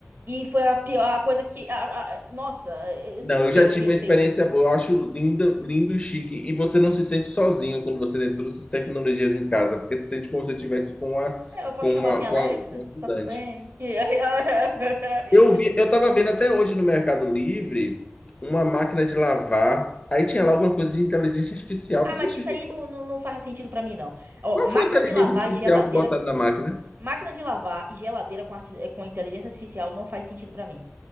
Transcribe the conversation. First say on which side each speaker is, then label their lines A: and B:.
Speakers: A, on the right; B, on the left.
A: E foi a pior a coisa que. a- a- nossa, eh,
B: não,
A: por
B: eu
A: que
B: já
A: eu
B: tive
A: pensei
B: uma experiência
A: nisso?
B: boa, eu acho lindo, lindo e chique. E você não se sente sozinho quando você tem todas essas tecnologias em casa, porque se sente como se você estivesse com uma,
A: É, Eu posso
B: com uma,
A: chamar assim, Alexa,
B: com a- com um ajudante.
A: tá tudo bem? <laughs>
B: Eu vi, eu tava vendo até hoje no Mercado Livre uma máquina de lavar. Aí tinha lá alguma coisa de inteligência artificial.
A: Ah,
B: Eu Pensei,
A: mas
B: "Gente,
A: isso aí não, não, não faz sentido pra mim, não. Ó,
B: qual
A: máquina
B: foi a inteligência
A: de lavar
B: artificial
A: e geladeira.
B: que botaram na máquina?
A: Máquina de lavar e geladeira com, arti- eh, com inteligência artificial não faz sentido pra mim.